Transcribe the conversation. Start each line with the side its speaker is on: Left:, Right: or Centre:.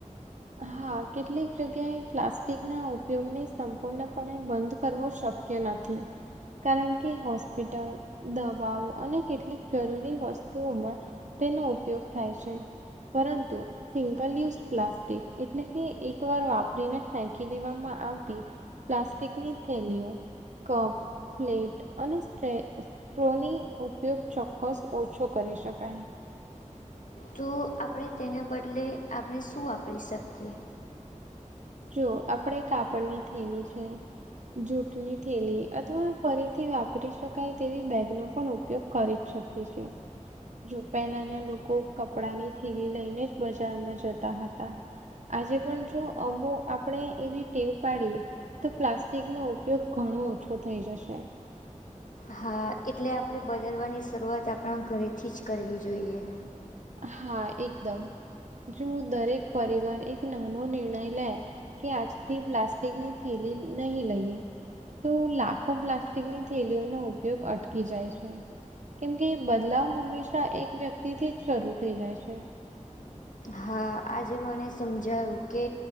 Right: હા કેટલીક જગ્યાએ પ્લાસ્ટિકના ઉપયોગને સંપૂર્ણપણે બંધ કરવો શક કય નથી. કારણ કે હોસ્પિટલ, દવાઓ અને કેટલીક જરૂરી વસ્તુઓમાં તેનો ઉપયોગ થાય છે. પરંતુ સિંગલ યુઝ પ્લાસ્ટ ટિક એટલે કે એકવાર વાપરીને ફેંકી દેવામાં આવતી. પ્લાસ્ટિકની થેલીઓ, કપ પ્લેટ અને સ્ટે સ્ટ્રોની ઉપયોગ ચોક્કસ ઓછો કરી શકાય.
Left: તો આપણે તેને બદલે આપણે શું વાપરી શકીએ?
Right: જો આપણેે કાપડની થેલી છે. જૂઠની થેલી અથવા ફરીથી વાપરી શકાય તેવી બેગનો પણ ઉપયોગ કરી શકીએ છે. જો પહેલાના લોકો કપડાની થેલી લઈને જ બજારમાં જતા હતા. આજે પણ જો અમું આપણે એવી ટેવ પાડીએ તો પ્લાસ્ટિકનો ઉપયોગ ઘણો ઓછો થઈ જશે.
Left: હા એટલે આપણે બદલવાની શરૂઆત આપણા ઘરેથી જ કરવી જોઈએ.
Right: હા એકદમ. જો દરેક પરિવાર એક નાનો નિર્ણય લે કે આજથી પ્લાસ્ટિક ની થેલી નહીં લઈએ. તો લાખો પ્લાસ્ટિકની થેલીઓનો ઉપયોગ અટકી જાય છે. કેમ કે ઈ બદલાવ હંમેશા એક વ્યક્તિ થી જ શરૂ થઈ જાય છે.
Left: હા. આ આજે મને સમજાયું કે